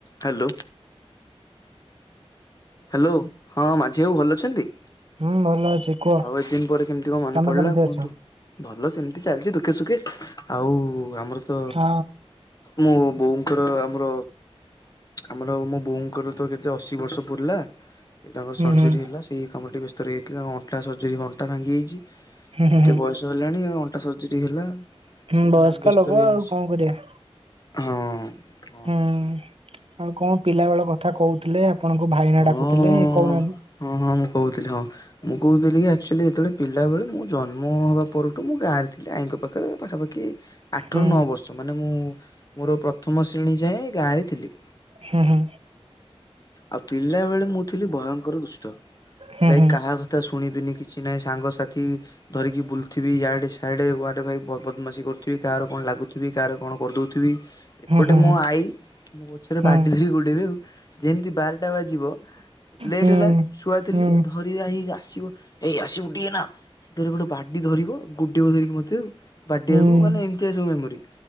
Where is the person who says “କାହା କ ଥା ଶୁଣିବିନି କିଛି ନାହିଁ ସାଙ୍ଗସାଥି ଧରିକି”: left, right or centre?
Left